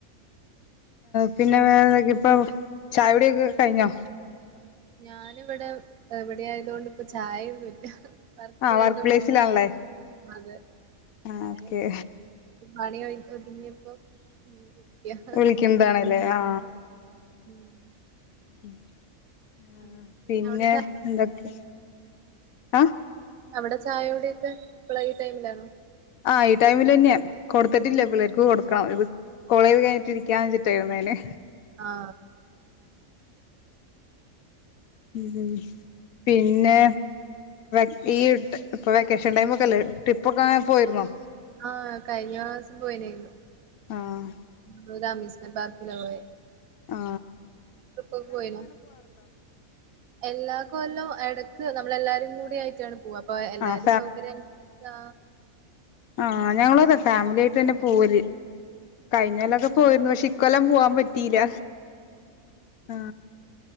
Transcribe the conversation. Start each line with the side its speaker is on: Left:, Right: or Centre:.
Left: പിന്നെ വേറെ ഇപ്പൊ ചായകുടിയൊക്കെ കഴിഞ്ഞോ
Right: ഞാന് ഇവിടെ ഇവിടെ ആയത് കൊണ്ട് ഇപ്പൊ ചായയൊന്നുല്ല വർക്കിലായതുകൊണ്ട്
Left: ആ വർക്ക് പ്ലേസിലാണല്ലേ
Right: അതെ
Left: ആഹ്
Right: ചായ
Left: ഓക്കെ
Right: പണി ഒ ഒതുങ്ങിയപ്പോ അങ്ങനെ ഇരിക്ക
Left: വിളിക്ക്ന്നതാണല്ലേ ആ
Right: ഉം
Left: ഉം ആ
Right: അങ്ങനെ
Left: പിന്നെ
Right: അവിടെ ചാ
Left: എന്തൊക്കെ ആ
Right: അവിടെ ചായകുടിയൊക്കെ ഇപ്പള ഈ ടൈമിലാണോ
Left: ആ ഈ ടൈമിൽ തന്നെയാ കൊടുത്തിട്ടില്ല പിള്ളേർക്ക് കൊടുക്കണം ഇത് കോളേജ് കഴിഞ്ഞിട്ട് ഇരിക്കാ വച്ചിട്ടായിരുന്നന്
Right: അ ആ
Left: ഉം പിന്നെ ടീഇട്ട് ഇപ്പൊ വെക്കേഷൻ ടൈം ഒക്കെല്ലേ ട്രിപ്പ് ഒക്കെ പോയിരുന്നോ
Right: ആ കഴിഞ്ഞ മാസം പോയിനെന്നു
Left: ആഹ്
Right: <unintelligible> ഞ പാർക്കില പോയെ
Left: ആ
Right: ട്രിപ്പക്ക് പോയിനു എല്ലാ കൊല്ലം എട ക്ക്‌ നമ്മളെല്ലാരും കൂടി ആയിട്ടാണ് പോവാ ഇപ്പൊ എല്ലാരും
Left: ആഹ്
Right: സൗകര്യ അനുസരിച്ചാ
Left: ആ ഞങ്ങളും അതെ ഫാമിലി ആയിട്ട് തന്നെ പോവല് കഴിഞ്ഞല്ലൊക്കെ പോയിരുന്നു പക്ഷെ ഇക്കൊല്ലം പോവാൻ പറ്റില്ല ആ